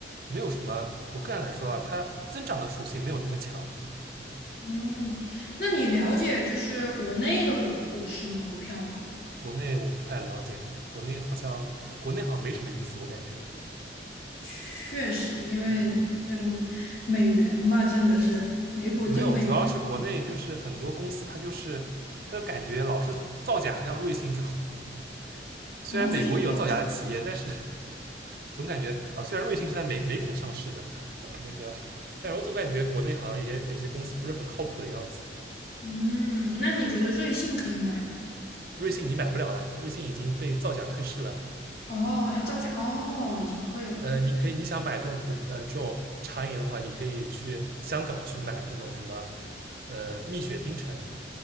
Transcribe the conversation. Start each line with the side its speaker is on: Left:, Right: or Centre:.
Right: 没有什么，我个人来说啊，它增长的属性没有那么强，嗯。
Left: 嗯，那你了解就是国内的股股市吗？股票吗？
Right: 国内我不太了解，国内好像国内好像没什么意思，我感觉，
Left: 确实，因为这个
Right: 嗯，
Left: 美元嘛，真的是美股真美。
Right: 没有，主要是国内就是很多公司它就是它就感觉老是造假，像瑞幸这种，<laughs> 虽然美国也有造假的企业，
Left: 然后最近造，
Right: 但是 <laughs> 总感觉啊，虽然瑞幸是在美美股上市的，那个，但是我总感觉国内好像有些有些公司不是很靠谱的样子。
Left: 嗯，那你觉得瑞幸可以买吗？
Right: 瑞幸你买不了了，瑞幸已经被造假退市了。
Left: 哦，他造假，哦，已经退了。
Right: 呃，你可以你想买这种股呃这种茶饮的话，你可以去香港去买这种什么呃蜜雪冰城，